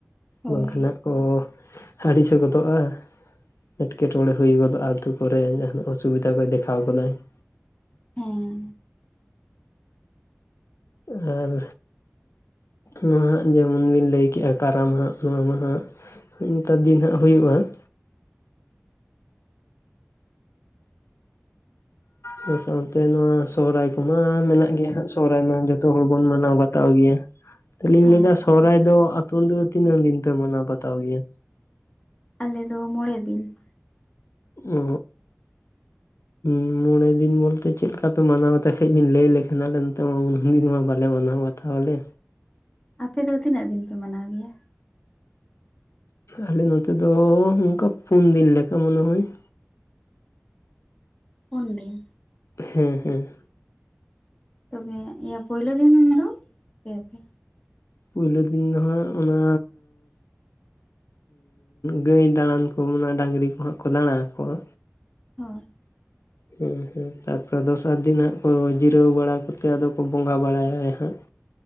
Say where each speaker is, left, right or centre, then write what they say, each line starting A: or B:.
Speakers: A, on the left; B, on the left.
A: ᱦᱳᱭ
B: ᱵᱟᱝᱠᱷᱟᱱ ᱦᱟᱜ ᱠᱚ ᱟᱹᱲᱤᱥ ᱜᱚᱫᱚᱜᱼᱟ ᱾ ᱮᱴᱠᱮ ᱴᱚᱬᱮ ᱦᱩᱭ ᱜᱚᱫᱚᱜᱼᱟᱛᱳ ᱠᱚᱨᱮ ᱡᱟᱦᱟᱱᱟᱜ ᱚᱥᱩᱵᱤᱫᱟ ᱠᱚᱭ ᱫᱮᱠᱷᱟᱣ ᱜᱚᱫᱟᱭ ᱾
A: ᱦᱮᱸ
B: ᱦᱮᱸ, ᱱᱚᱣᱟ ᱦᱟᱸᱜ ᱡᱮᱢᱚᱱ ᱵᱤᱱ ᱞᱟᱹᱭ ᱠᱮᱜᱼᱟ ᱠᱟᱨᱟᱢ ᱦᱟᱸᱜ ᱱᱚᱣᱟ ᱢᱟᱦᱟᱸᱜ ᱾ ᱱᱮᱛᱟᱨ ᱫᱤᱱ ᱦᱟᱸᱜ ᱦᱩᱭᱩᱜᱼᱟ ᱾ ᱚᱱᱟ ᱥᱟᱶᱛᱮ ᱱᱚᱣᱟ ᱥᱚᱦᱚᱨᱟᱭ ᱠᱚᱢᱟ ᱢᱮᱱᱟᱜ ᱜᱮᱭᱟ ᱦᱟᱸᱜ ᱥᱚᱦᱨᱟᱭ ᱢᱟ ᱡᱚᱛᱚ ᱦᱚᱲ ᱵᱚᱱ ᱢᱟᱱᱟᱣ ᱵᱟᱛᱟᱣ ᱜᱮᱭᱟ ᱾ ᱛᱟᱦᱚᱞᱮᱧ
A: ᱦᱮᱸ
B: ᱞᱟᱹᱭᱮᱫᱟ ᱥᱚᱦᱚᱨᱟᱭ ᱫᱚ ᱟᱯᱮ ᱚᱱᱛᱮ ᱫᱚ ᱛᱤᱱᱟᱹᱜ ᱫᱤᱱ ᱯᱮ ᱢᱟᱱᱟᱣ ᱵᱟᱛᱟᱣ ᱜᱮᱭᱟ?
A: ᱟᱞᱮᱫ ᱫᱚ ᱢᱚᱬᱮ ᱫᱤᱱ ᱾
B: ᱚ <inaudible> ᱢᱚᱬᱮ ᱫᱤᱱ ᱵᱚᱞᱛᱮ ᱪᱮᱫ ᱞᱮᱠᱟ ᱯᱮ ᱢᱟᱱᱟᱣ ᱤᱧ ᱞᱟᱹᱭ ᱟ ᱞᱮᱠᱷᱟᱱᱞᱮ ᱱᱛᱮ ᱢᱟ ᱩ ᱫᱤᱱ ᱢᱟ ᱵᱟᱞᱮ ᱢᱟᱱᱟᱣᱟ ᱾ ᱛᱟᱦᱚᱞᱮ,
A: ᱟᱯᱮ ᱫᱚ ᱛᱤᱱᱟᱹᱜ ᱫᱤᱱ ᱯᱮ ᱢᱟᱱᱟᱣ ᱜᱮᱭᱟ?
B: ᱟᱞᱮ ᱱᱚᱛᱮ ᱫᱚ ᱚᱱᱠᱟ ᱯᱩᱱ ᱫᱤᱱ ᱞᱮᱠᱟ ᱢᱚᱱᱮ ᱦᱚᱭ ᱾
A: ᱯᱩᱱᱫᱤᱱ,
B: ᱦᱩᱸ ᱦᱩᱸ,
A: ᱛᱚᱵᱮ ᱤᱭᱟᱹ ᱯᱩᱭᱞᱳ ᱫᱤᱱ ᱫᱚ ᱪᱤᱠᱟᱹᱭᱟᱯᱮ?
B: ᱯᱩᱭᱞᱳ ᱫᱤᱱ ᱫᱚ ᱦᱟᱸᱜ ᱚᱱᱟ ᱜᱟᱹᱭ ᱫᱟᱬᱟᱱ ᱠᱚ ᱰᱟᱝᱨᱤ ᱠᱚᱦᱟᱸᱜ ᱠᱚ ᱫᱟᱬᱟ ᱟᱠᱚᱣᱟ,
A: ᱦᱳᱭ,
B: ᱦᱮᱸ ᱦᱮᱸ ᱛᱟᱨᱯᱚᱨᱮ ᱫᱚᱥᱟᱨ ᱫᱤᱱ ᱦᱟᱸᱜ ᱠᱚ ᱡᱤᱨᱟᱹᱣ ᱵᱟᱲᱟ ᱠᱚᱛᱮ ᱟᱫᱚ ᱠᱚ ᱵᱚᱸᱜᱟ ᱵᱟᱲᱟᱭᱟ ᱦᱟᱸᱜ ᱾